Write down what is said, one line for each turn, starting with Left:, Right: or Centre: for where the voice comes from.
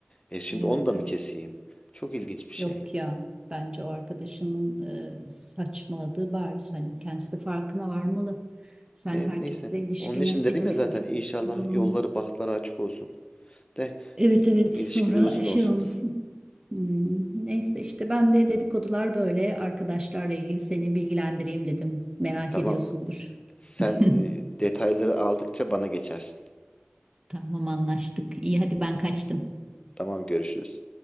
Left: E şimdi
Right: evet
Left: onu da
Right: evet.
Left: mı keseyim? Çok ilginç bir şey.
Right: Yok ya bence o arkadaşının e, saçmaladığı bariz hani kendisi de farkına varmalı. Sen
Left: E,
Right: herkesle
Left: neyse
Right: ilişkine
Left: onun için dedim
Right: eskisi
Left: ya zaten
Right: gibi.
Left: inşallah
Right: Hmm,
Left: yolları bahtları açık olsun de
Right: Evet
Left: e,
Right: evet
Left: ilişkileri
Right: sonra
Left: uzun
Right: şey
Left: olsun.
Right: olmasın. Hmm, Neyse işte ben de dedikodular böyle arkadaşlarla ilgili seni bilgilendireyim dedim. Merak
Left: Tamam
Right: ediyorsundur.
Left: sen
Right: <laughs>
Left: e, detayları aldıkça bana geçersin.
Right: Tamam anlaştık. İyi hadi ben kaçtım.
Left: Tamam görüşürüz.